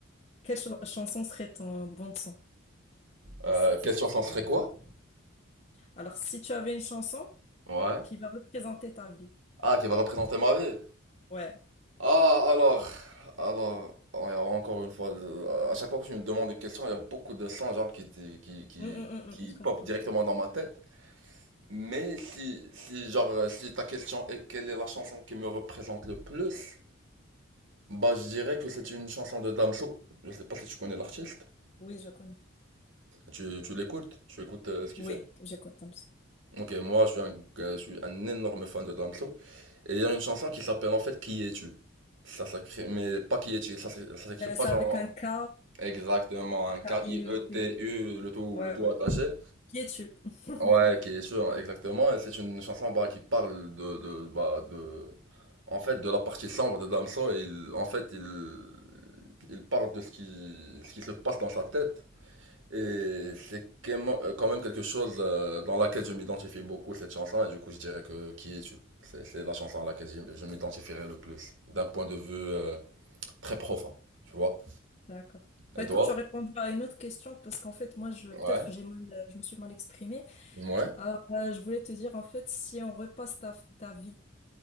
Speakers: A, on the left (about 30°); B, on the right (about 65°).
A: quelle ch- chanson serait ton bon de son?
B: Euh,
A: Qu'est-ce- qu'est-ce
B: quelle chanson
A: que tu
B: serait
A: aurais
B: quoi?
A: Alors, si tu avais une chanson
B: Ouais.
A: qui va représenter ta vie.
B: Ah, qui va représenter ma vie.
A: Ouais.
B: Ah, alors, alors, on- a encore une fois, euh, à chaque fois que tu me demandes une question, il y a beaucoup de sons genre qui, t- qui, qui,
A: Hum, hum, hum,
B: qui
A: hum, je comprends.
B: pop directement dans ma tête. Mais si, si, genre, euh, si ta question est quelle est la chanson qui me représente le plus, bah, je dirais que c'est une chanson de Damso. Je sais pas si tu connais l'artiste.
A: Oui, je connais.
B: Tu, tu l'écoutes, tu écoutes euh, ce qu'il
A: Oui,
B: fait.
A: j'écoute comme ça.
B: Ok, moi, je suis un, euh, je suis un énorme fan de Damso. Et il y a une chanson qui s'appelle en fait Qui es-tu? Ça s'écrit, mais pas Qui es-tu, ça s'é- ça s'écrit
A: Euh,
B: pas
A: c'est
B: genre
A: avec un K,
B: Exactement, un K-I-E-T-U,
A: K-I-E-T.
B: le tout,
A: Ouais,
B: le tout
A: ouais.
B: attaché.
A: Qui es-tu?
B: Ouais,
A: <laughs>
B: qui est sûr, exactement. Et c'est une chanson bah, qui parle de, de, bah, de, en fait, de la partie sombre de Damso. Et il, en fait, il, il parle de ce qui, ce qui se passe dans sa tête. Et c'est quemo- euh, quand même quelque chose euh, dans laquelle je m'identifie beaucoup, cette chanson. Et du coup, je dirais que Qui es-tu? C'est, c'est la chanson à laquelle je, je m'identifierai le plus, d'un point de vue euh, très profond, tu vois.
A: D'accord. Bah
B: Et
A: écoute,
B: toi?
A: tu as répondu à une autre question parce qu'en fait, moi, je peut-être
B: Ouais.
A: j'ai mal, je me suis mal exprimée.
B: Ouais.
A: Alors, euh, je voulais te dire, en fait, si on repasse ta, ta vie